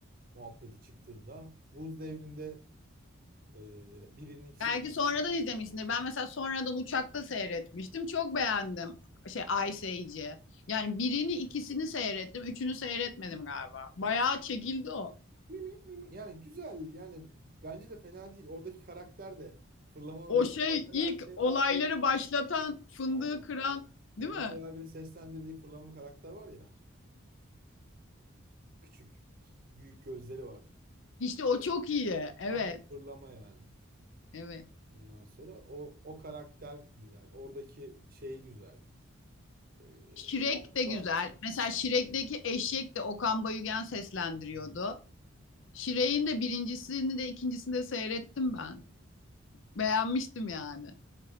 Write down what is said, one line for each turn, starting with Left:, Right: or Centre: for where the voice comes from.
Right: muhabbeti çıktığında buz devrinde e, birinin ikisi
Left: Belki sonradan izlemişsindir. Ben mesela sonradan uçakta seyretmiştim. Çok beğendim. Şey Ice Age'i. Yani birini ikisini seyrettim. Üçünü seyretmedim galiba. Bayağı çekildi o.
Right: mimi mimi yani güzel yani bence de fena değil. Oradaki karakter de fırlama
Left: O
Right: bir
Left: şey
Right: Mehmet
Left: ilk
Right: Ali Erbil'in
Left: olayları başlatan fındığı
Right: aynen
Left: kıran
Right: Mehmet
Left: değil mi?
Right: Ali Erbil'in seslendirdiği fırlama bir karakter var ya küçük büyük gözleri var.
Left: İşte o çok iyi. Evet.
Right: Tam bir fırlama yani.
Left: Evet.
Right: Ondan sonra o o karakter güzel. Oradaki şey güzel. Ee,
Left: Şirek
Right: Laflar.
Left: de güzel. Mesela Şirek'teki eşek de Okan Bayülgen seslendiriyordu.
Right: Evet.
Left: Şirek'in de birincisini de ikincisini de seyrettim ben. Beğenmiştim yani.